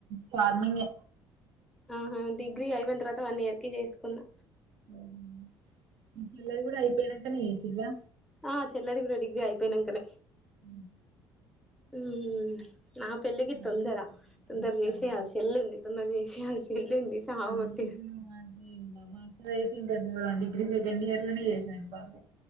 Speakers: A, on the right (about 70°); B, in the centre.
A: ఫార్మింగ్
B: ఆహ డిగ్రీ అయిపోయిన తర్వాత వన్ ఇయర్ కి చేసుకున్నా
A: ఓహోమీ చెల్లది కూడా అయిపోయానాకనీ ఇలా
B: ఆ చెల్లది కూడా డిగ్రీ అయిపోయినాకనే
A: అ
B: ఉ నా పెళ్లిికి తొందర
A: ఇంక
B: తొందర చేసే
A: అవును.
B: యాలి చెల్లి ఉంది తొందర చేసే చాలు ఉంది చావాకొట్టిండ్రూ
A: అవును అదే ఇంగ మా అక్కదైతే ఇంక డిగ్రీ సెకండ్ ఇయర్ లోని చేసాం బ పాప